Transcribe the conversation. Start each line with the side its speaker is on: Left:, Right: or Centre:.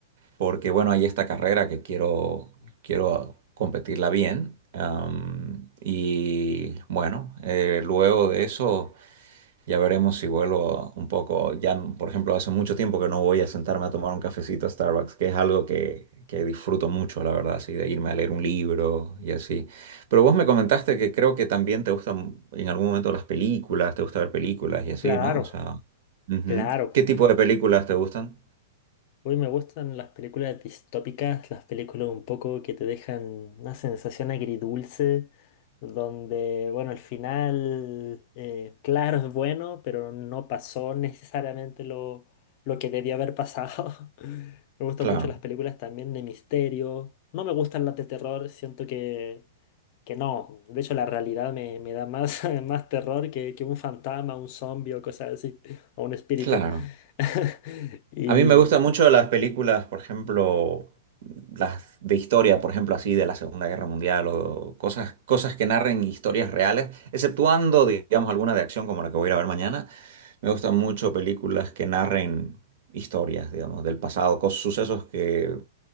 Right: porque, bueno, hay esta carrera que quiero, quiero competirla bien. am, y bueno, eh, luego de eso... Ya veremos si vuelvo un poco. Ya, por ejemplo, hace mucho tiempo que no voy a sentarme a tomar un cafecito a Starbucks, que es algo que, que disfruto mucho, la verdad, así, de irme a leer un libro y así. Pero vos me comentaste que creo que también te gustan en algún momento las películas, te gusta ver películas y así,
Left: Claro,
Right: ¿no? O sea, ujú.
Left: claro.
Right: ¿Qué tipo de películas te gustan?
Left: Hoy me gustan las películas distópicas, las películas un poco que te dejan una sensación agridulce, donde, bueno, al final, eh, claro, es bueno, pero no pasó necesariamente lo, lo que debía haber pasado. <laughs> Me gustan
Right: Claro,
Left: mucho las películas también de misterio. No me gustan las de terror, siento que, que no. De hecho, la realidad me, me da más, <laughs> más terror que, que un fantasma, un zombie o cosas así, o un espíritu.
Right: claro.
Left: <laughs> Y.
Right: A mí me gustan mucho las películas, por ejemplo, las de historia, por ejemplo, así de la Segunda Guerra Mundial o cosas, cosas que narren historias reales, exceptuando, digamos, alguna de acción como la que voy a ir a ver mañana. Me gustan mucho películas que narren historias, digamos, del pasado, cos- sucesos que